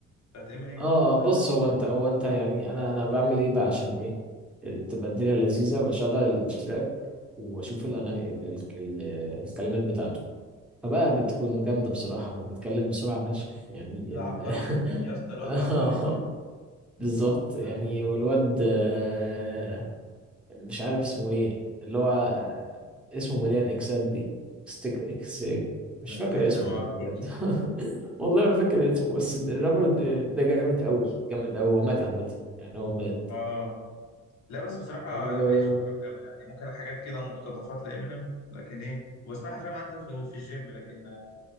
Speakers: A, on the left; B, in the centre.
A: بتاعت امينيم
B: اه بص
A: ده
B: هو انت هو انت يعني انا انا بعمل ايه بقى عشان ايه ال- تبقى الدنيا لذيذه بشغل التراك واشوف الاغاني ال ال ال الكلمات بتاعته فبقى بتكون جامده بصراحه هو بيتكلم بسرعه فشخ يعني
A: لا
B: ال...
A: عبقري يعني
B: <laughs>
A: يا اسطى الواد
B: آه.
A: ده عبقري بصراحه
B: بالظبط يعني
A: عبقري
B: والواد آه، مش عارف اسمه ايه اللي هو اسمه مليان اكسات دي ستيك اكس مش
A: <laughs> لا
B: فاكر اسمه
A: ما
B: والله
A: اعرفوش
B: بجد <laughs> والله ما فاكر اسمه بس الرابر آه، ده جامد قوي جامد قوي هو مات عامة يعني هو مات
A: اه لا بس بصراحه
B: و
A: انا ماليش في الراب قوي يعني ممكن حاجات كده مقتطفات لامينيم لكن ايه وبسمعها فاهم انت في, في الجيم لكن آه،